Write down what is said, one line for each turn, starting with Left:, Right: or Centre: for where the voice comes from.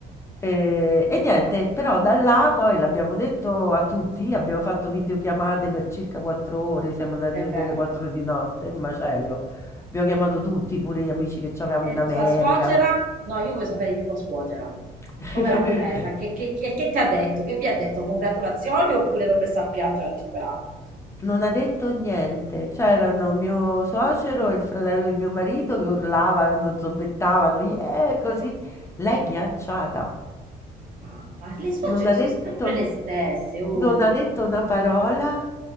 Left: E, e niente, però da là poi l'abbiamo detto a tutti, abbiamo fatto videochiamate per circa quattro ore, siamo andati a
Right: E
Left: dormire
Right: beh.
Left: alle quattro di notte, un macello. Abbiamo chiamato tutti, pure gli amici che avevamo
Right: E
Left: in America.
Right: tua suocera? No, io voglio sapere di tua suocera.
Left: <laughs>
Right: Come l'ha presa? Che, che, che, che ti ha detto? Che vi ha detto? Congratulazioni oppure l'ho messa a piangere la disperata?
Left: Non ha detto niente. C'erano mio suocero e il fratello di mio marito che urlavano, zombettavano, yeah, così. Lei ghiacciata.
Right: Ma, ma le suocere
Left: Non ha
Right: sono
Left: detto,
Right: sempre le stesse, oh.
Left: non ha detto una parola,